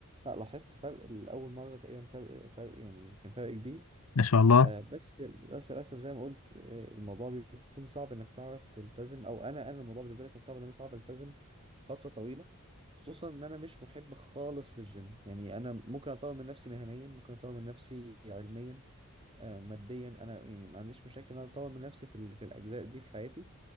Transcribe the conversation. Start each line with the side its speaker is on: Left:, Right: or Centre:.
Right: لا لاحظت فرق الاول مره تقريبا فرق فرق يعني كان فرق كبير
Left: ما شاء الله
Right: آه، بس بس للاسف زي ما قلت آه، الموضوع بيكون صعب انك تعرف تلتزم او انا انا الموضوع بالنسبه لي كان صعب ان انا صعب التزم فتره طويله خصوصا ان انا مش محب خالص للجيم يعني انا ممكن اطور من نفسي مهنيا ممكن اطور من نفسي علميا آه، ماديا انا يعني ما عنديش مشاكل ان انا اطور من نفسي في ال- في الاجزاء دي في حياتي